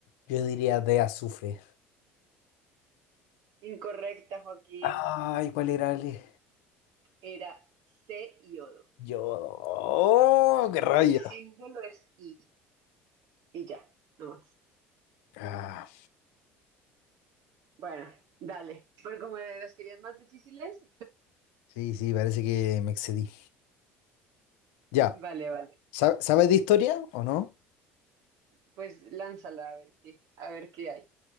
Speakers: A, on the left; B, on the right.
A: Yo diría de azufre.
B: Incorrecta, Joaquín.
A: Ay, ¿cuál era el...?
B: Era C, iodo.
A: Yodo. ¡Oh, qué rabia!
B: El símbolo es I. Y ya, no más.
A: Ah,
B: Bueno, dale. Pero como las querían más difíciles,
A: sí, sí, parece que me excedí. Ya.
B: <laughs> vale, vale.
A: ¿Sab- ¿Sabes de historia o no?
B: Pues lánzala a ver qué, a ver qué hay.